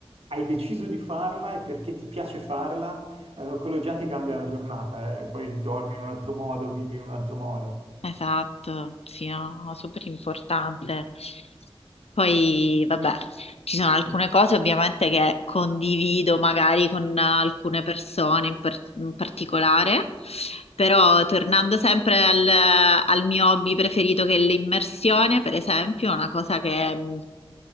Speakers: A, on the right (about 70°); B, on the left (about 80°).
A: hai deciso di farla e perché ti piace farla, allora quello già ti cambia la giornata, eh. Poi dormi in un altro modo, vivi in un altro modo.
B: Esatto, sì, no, no, super importante. Poi, vabbè, ci sono alcune cose ovviamente che condivido magari con alcune persone in, par- in particolare, però tornando sempre al, al mio hobby preferito che è l'immersione, per esempio, è una cosa che mh,